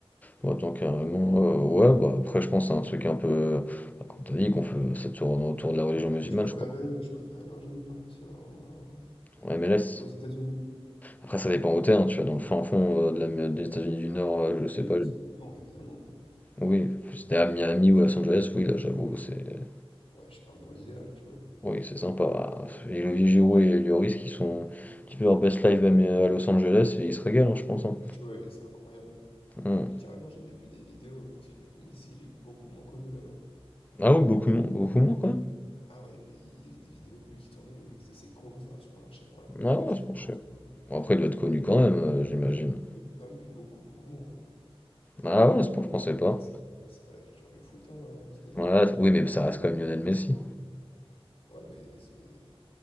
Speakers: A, on the left; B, on the left.
A: bon, tant carrément, euh, ouais, bah après, je pense à un truc un peu, bah, comme t'as dit, qu'on fait, ça tourne autour de la religion musulmane,
B: Je préférais,
A: je crois,
B: euh, je préférais largement partir en- en-
A: en M L S
B: aux États-Unis.
A: Après, ça dépend où t'es, hein, tu vois, dans le fin fond euh, de la- des États-Unis du Nord, euh, je sais
B: Oui,
A: pas, je-
B: ça dépend, évidemment.
A: oui, c'était à Miami ou à Los Angeles, oui, là, j'avoue, c'est
B: Ouais, je parle dans l'idéal, tu vois.
A: Oui, c'est sympa. bah, Et Olivier Giroud et Lloris qui sont un petit peu leur best life même à Los Angeles et ils se régalent, hein, je pense. hein.
B: Là, tu vois, et c'est incroyable.
A: Hmm.
B: Mais carrément, j'avais vu des vidéos parce que du coup, Messi, il est beaucoup moins connu là-bas.
A: Ah oui, beaucoup, moins- beaucoup moins quoi.
B: Ah ouais, il y avait des vidéos de lui qui tournait où il faisait ses courses dans un supermarché pour la première
A: Ah
B: fois
A: ouais,
B: de sa
A: c'est
B: vie
A: bon, je
B: et
A: sais.
B: tout. euh.
A: Bon, après, il doit être connu quand même, euh, j'imagine.
B: Connu quand même, mais beaucoup, beaucoup moins.
A: Ah ouais, c'est bon, je pensais pas.
B: Là-bas, c'est c'est pas la culture du foot, hein, euh, les États-Unis,
A: Voilà,
B: pas du tout.
A: oui, mais ça reste quand même Lionel Messi.
B: Ouais, mais c'est